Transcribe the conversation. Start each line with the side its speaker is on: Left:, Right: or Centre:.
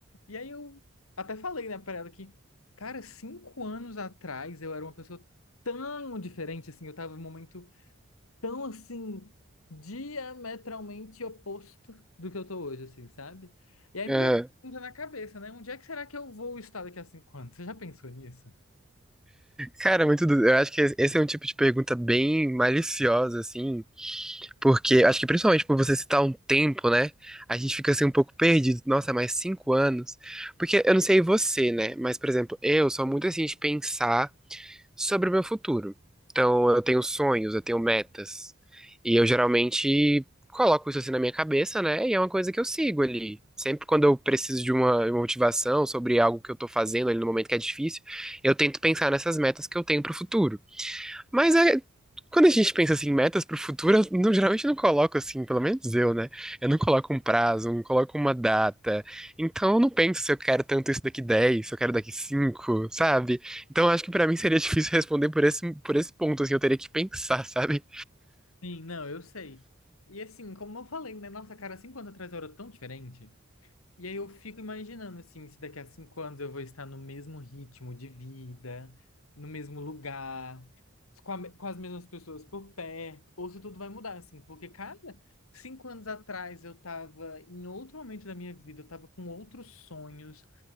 Left: E aí eu até falei, né, pra ela que, cara, cinco anos atrás eu era uma pessoa tão diferente, assim, eu tava em um momento tão, assim, diametralmente oposto do que eu tô hoje, assim, sabe? E aí me
Centre: Ah,
Left: veio essa pergunta na cabeça, né? Onde é que será que eu vou estar daqui a cinco anos? Você já pensou nisso?
Centre: cara, é muito. du- Eu acho que esse é um tipo de pergunta bem maliciosa, assim, porque acho que principalmente por você citar um tempo, né? A gente fica assim um pouco perdido. Nossa, mais cinco anos. Porque eu não sei você, né? Mas, por exemplo, eu sou muito assim de pensar. sobre o meu futuro. Então, eu tenho sonhos, eu tenho metas. E eu geralmente coloco isso assim na minha cabeça, né? E é uma coisa que eu sigo ali. Sempre quando eu preciso de uma uma motivação sobre algo que eu tô fazendo ali no momento que é difícil, eu tento pensar nessas metas que eu tenho pro futuro. Mas é, quando a gente pensa assim, em metas pro futuro, eu não- geralmente não coloco assim, pelo menos eu, né? Eu não coloco um prazo, não coloco uma data. Então eu não penso se eu quero tanto isso daqui dez se eu quero daqui cinco sabe? Então eu acho que pra mim seria difícil responder por esse, por esse ponto, assim, eu teria que pensar, sabe?
Left: Sim, não, eu sei. E assim, como eu falei, né? Nossa, cara, cinco anos atrás eu era tão diferente. E aí eu fico imaginando, assim, se daqui a cinco anos eu vou estar no mesmo ritmo de vida, no mesmo lugar, com, a me- com as mesmas pessoas por perto, ou se tudo vai mudar, assim. Porque, cara, cinco anos atrás eu tava em outro momento da minha vida, eu tava com outros sonhos,